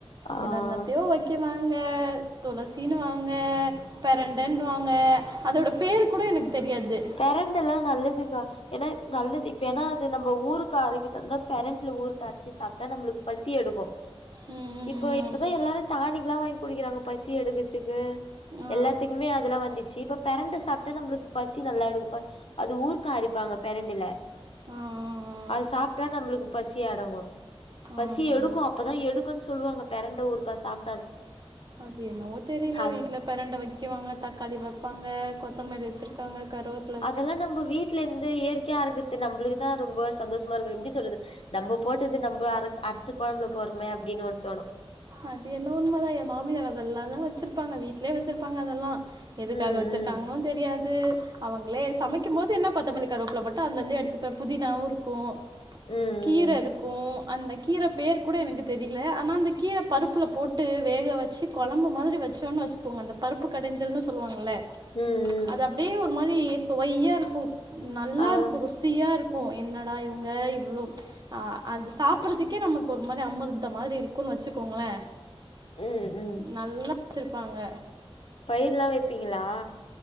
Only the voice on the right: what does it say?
என்னன்னத்தையோ வக் க்கி வாங்க துளசினுவாங்க பெரண்டன்டுவாங்க அதோட பேரு கூட எனக்கு தெரியாது
ம்
அப்ற
ஆ
ஆ ஆ ஆ
ஆஹா
அது என்னவோ தெரியில
வீட்ல பெரண்ட வக்குவாங்க தக்காளி வப்பாங்க கொத்தமது வச்சிருக்காங்க கருவப்
அது என்னவோ உண்மதா ஏ மாமியார் அதெல்லாதா வச்சிருப்பாங்க வீட்லே வச்சிருப்பாங்க அதெல்லா எதுக்காக
வச்சிருக்காங்கனு தெரியாது அவுங்களே சமைக்குபோது என்ன கொத்தமல்லிக் கருவப்பில மட்டு அதுலேந்து எடுத்துப்பே புதினாவு இருக்கு
கீர
இருக்கு அந்த கீர பேர் கூட எனக்கு தெரியில ஆனா அந்த கீர பருப்புல போட்டு வேக வச்சு கொழம்பு மாதிரி வச்சோன்னு வச்சுக்கோங்க அந்த பருப்பு கடைஞ்சல்ன்னு சொல்லுவாங்கள்ல
அது
அப்டியே ஒரு மாரி சுவையாருக்கு நல்லாருக்கு
ரு ருசியா இருக்கு என்னடா இவுங்க இவ்ளோ அது சாப்டறதுக்கே நமக்கு ஒரு மாரி அமிர்தம் மாதிரி இருக் க்குன்னு வச்சுக்கோங்களே
நல்லா வச்சிர்ப்பாங்க